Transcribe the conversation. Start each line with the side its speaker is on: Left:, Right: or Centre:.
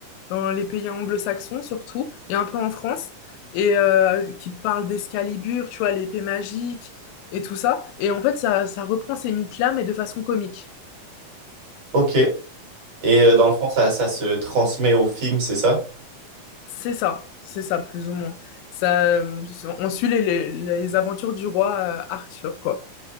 Left: dans les pays anglo-saxons surtout, et un peu en France, et euh, qui parle d'Excalibur, tu vois, l'épée magique et tout ça. Et en fait, ça, ça reprend ces mythes-là, mais de façon comique.
Right: Ok. Et euh, dans le fond, ça, ça se transmet au film, c'est ça?
Left: C'est ça, c'est ça, plus ou moins. Ça, euh, on suit les, les, les aventures du roi euh, Arthur, quoi.